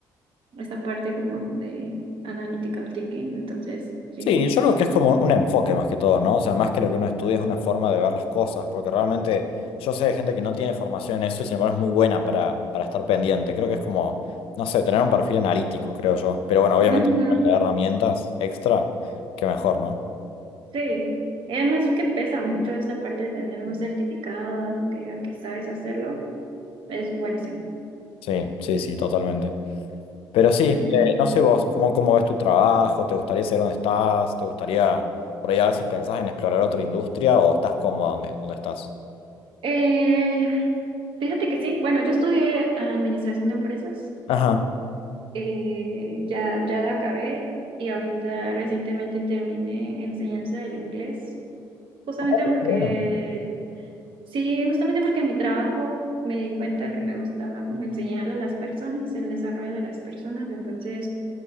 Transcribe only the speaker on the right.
esta parte como de analytical thinking. Entonces, sí.
<laughs> Ujú,
Sí. Y además que pesa mucho esta parte de tener un certificado, algo que diga que sabes hacerlo. Es buenísimo.
Vayan.
Eh, fíjate que sí. Bueno, yo estudié administración de empresas.
Eh, ya, ya la acabé y ahorita recientemente terminé enseñanza del inglés, justamente
porque,
sí, justamente porque en mi trabajo me di cuenta que me gustaba como enseñarle a las personas, el desarrollo de las personas, entonces